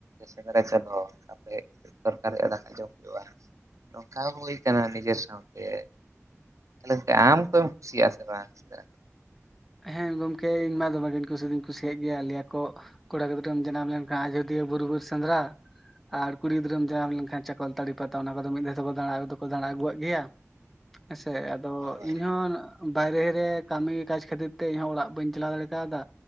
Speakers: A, on the right; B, in the centre.
A: ᱥᱮᱸᱫᱽᱨᱟ ᱪᱚᱞᱚ ᱛᱟᱯᱟᱨᱮ ᱦᱮᱡ ᱠᱟᱛᱮ ᱫᱚᱨᱠᱟᱨ ᱦᱩᱭᱩᱜ-ᱟ ᱫᱟᱠᱟ ᱡᱚᱢ ᱦᱩᱭᱩᱜᱼᱟ᱾ ᱱᱚᱝᱠᱟ ᱦᱚᱸ ᱦᱩᱭ ᱠᱟᱱᱟ ᱱᱤᱡᱮᱨ ᱥᱟᱶᱛᱮ ᱛᱟᱦᱚᱞᱮ ᱜᱚᱢᱠᱮ ᱟᱢ ᱛᱚᱢ ᱠᱩᱥᱤᱭᱟᱜᱼᱟ ᱥᱮ ᱵᱟᱝ ᱥᱮᱸᱱᱫᱽᱨᱟ
B: ᱦᱮᱸ ᱜᱚᱢᱠᱮ ᱤᱧᱢᱟ ᱫᱚᱢᱮᱜᱤᱧ ᱠᱩᱥᱤ ᱫᱩᱧ ᱠᱩᱥᱤᱭᱟᱜ ᱜᱮᱭᱟ ᱞᱟᱹᱭᱟ ᱠᱚ ᱠᱚᱲᱟ ᱜᱤᱫᱽᱨᱟᱹᱢ ᱡᱟᱱᱟᱢ ᱞᱮᱱᱠᱷᱟᱱ ᱟᱡᱚᱫᱤᱭᱟᱹ ᱵᱩᱨᱩ ᱵᱤᱨ ᱥᱮᱸᱫᱽᱨᱟ ᱟᱨ ᱠᱩᱲᱤ ᱜᱤᱫᱽᱨᱟᱹᱢ ᱡᱟᱱᱟᱢ ᱞᱮᱱᱠᱷᱟᱱ ᱪᱟᱚᱠᱚᱞ ᱛᱟᱹᱲᱤ ᱯᱟᱛᱟ ᱚᱱᱟ ᱠᱚᱫᱚ ᱢᱤᱫ ᱫᱷᱟᱣ ᱛᱮᱠᱚ ᱫᱟᱬᱟ ᱫᱚᱠᱚ ᱫᱟᱬᱟ ᱟᱹᱜᱩᱣᱟᱜ ᱜᱮᱭᱟ ᱾ ᱦᱮᱸᱥᱮ ᱟᱫᱚ
A: ᱦᱳᱭ
B: ᱤᱧᱦᱚᱸ ᱵᱟᱭᱨᱮ ᱨᱮ ᱠᱟᱹᱢᱤ ᱠᱟᱡ ᱠᱷᱟᱹᱛᱤᱨ ᱛᱮ ᱤᱧ ᱦᱚᱸ ᱚᱲᱟᱜ ᱵᱟᱹᱧ ᱪᱟᱞᱟᱣ ᱫᱟᱲᱮ ᱠᱟᱣᱫᱟ,